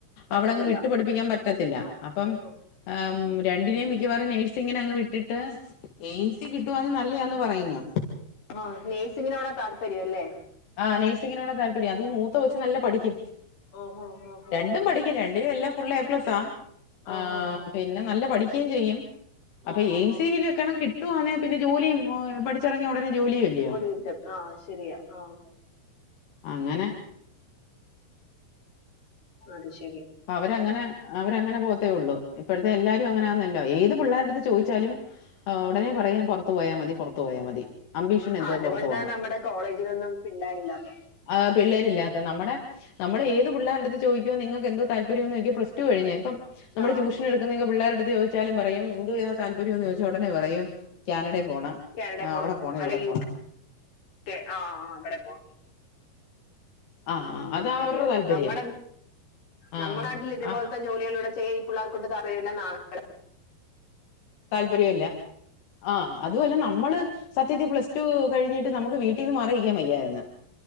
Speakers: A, on the left; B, on the left.
A: പറ്റത്തില്ല
B: അവ്ടങ്ങ് വിട്ട് പടിപ്പിക്കാൻ പറ്റത്തില്ല
A: ആഹ്
B: അപ്പം-
A: ആഹ്
B: ഏമ് രണ്ടിനേം മിക്കവാറും നേഴ്സിങ്ങിനങ്ങ് വിട്ട്ട്ട്. എയിംസി കിട്ടുവാനും ന്നല്ലയാന്ന് പറയുന്ന-
A: ആഹ നഴ്സിങ്ങിനോടാ താല്പര്യം ല്ലേ?
B: ആ നഴ്സിങ്ങിനോടാ താല്പര്യം അതും മൂത്തകൊച്ച് ന്നല്ലം പഠിക്കും
A: ഓ ഓ ഓ ഓ
B: രണ്ടും
A: അത്
B: പഠിക്കും
A: ശരി
B: രണ്ട്- എടി എല്ലാം ഫുള്ള് എ പ്ലസ്
A: ആഹ്
B: ആ
A: ആഹ്
B: പിനെ ന്നല്ല പഠിക്കേം ചെയ്യും. അപ്പ
A: ആഹ് ആഹ്
B: എയിം
A: ആഹ്
B: സിവിലൊക്കെണെ കിട്ടുവാന്നേ പിനെ ജോലിയും ഓ പഠിച്ചിറങ്ങിയ ഉടനെ ജോലിയൊല്ലേ.
A: പണികിട്ടും ആഹ് ശെരിയാ ആഹ്.
B: അങ്ങനെ
A: അത് ശെരി.
B: അവരങ്ങനെ അവരങ്ങന പോവത്തേഒള്ളു ഇപ്പഴ്ത്തെ എല്ലാരും അങ്ങനെയാന്നല്ലോ ഏത് പിള്ളേര്ട്ത്ത് ചോയ്ച്ചാലും. ആഹ് ഉടനെ പറയും പൊറത്തു പോയാ മതി പൊറത്തു പോയാ മതി. അംബീഷൻ എന്തുവോ
A: ആഹ് അതുകൊണ്ടാ
B: പൊറത്തു പോണം
A: നമ്മുടെ കോളേജിലൊന്നും പിള്ളേരില്ലാത്തെ
B: ആഹ് പിള്ളേരില്ലാത്ത ന്നമ്മടെ. ന്നമ്മടെ ഏത് പിള്ളേരെട്ത്ത് ചോയ്ക്കോ നിങ്ങക്കെന്തോ താല്പര്യംന്ന് ന്നോയ്ക്കും പ്ലസ് റ്റു കഴിഞ് പ്പം നമ്മള്
A: ആഹ്
B: റ്റുഷനെട് ന്നി ക്കുന്നൊക്കെ പിള്ളേരെട്ത്ത് ചോയ്ച്ചാലും പറയും എന്തുചെയ്യാനാ താല്പര്യം ന്നോയ്ച്ച ഉടനെ പറയും കാനടേ പോണം.
A: ക്യാനടേ
B: ആഹ്
A: പോണം
B: അവിടെ
A: അല്ലെങ്കി
B: ഇവിടെ
A: യു
B: പോണം
A: കെ ആഹ് ആഹ് അക്കടെ പോണം.
B: ആഹ്
A: മ്മ്
B: ആഹ് അതാ
A: ശെരിയാ
B: അവരുടെ താല്പര്യം
A: ന്നമ്മടെ ന്നമ്മളായ്ട്ട്ള്ള
B: ആഹ്
A: ഇത്പോൽത്തെ-
B: ആഹ്
A: ജോലിയിലൂടെ ചെയ്യ ഈ പിള്ളേർ കൊണ്ട് തറയുല്ലാ ന്നാണക്കേടാ
B: താല്പര്യോം ഇല്ല. ആഹ് അതുഅല്ല ന്നമ്മള് സത്യത്തി പ്ലസ് ടു കഴിഞ്ഞിട്ട് ന്നമ്ക്ക് വീട്ടീന്ന് മാറിയിക്കൻവയ്യായ്ര്ന്ന്.